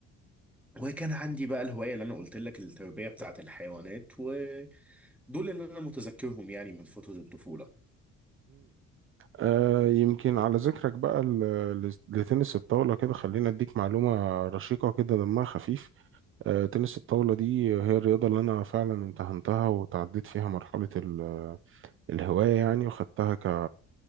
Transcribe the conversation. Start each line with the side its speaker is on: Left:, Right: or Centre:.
Centre: وكان عندي بقى الهوايه اللي انا قلت لك التربيه بتاعه الحيوانات ودول اللي انا متذكرهم يعني من فتره الطفوله
Right: آه يمكن على ذكرك بقى ل- ل- لتنس الطاولة كده خلينا اديك معلومة رشيقة كده دمها خفيف آه تنس الطاولة دي هي الرياضة اللي انا فعلا امتهنتها وتعديت فيها مرحلة ال- الهواية يعني وخدتها ك-